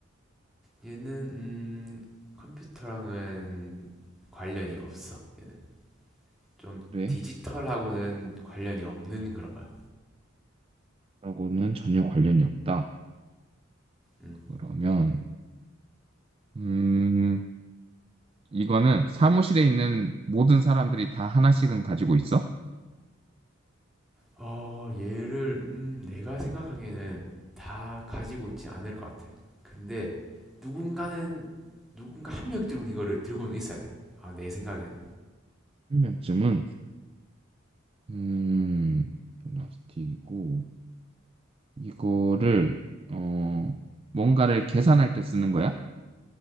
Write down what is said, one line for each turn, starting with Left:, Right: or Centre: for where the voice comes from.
Centre: 얘는 음, 컴퓨터랑은 관련이 없어. 얘는 좀
Right: 그래?
Centre: 디지털하고는 관련이 없는 그런 거야.
Right: 라고는 전혀 관련이 없다
Centre: 음.
Right: 그러면 음 이거는 사무실에 있는 모든 사람들이 다 하나씩은 가지고 있어?
Centre: 어, 얘를 음, 내가 생각하기에는 다 가지고 있지 않을 것 같아. 근데 누군가는 누군가 한 명쯤은 이거를 들고는 있어야 돼. 아, 내 생각에는.
Right: 한 명쯤은 음 플라스틱이고 이거를 어 뭔가를 계산할 때 쓰는 거야?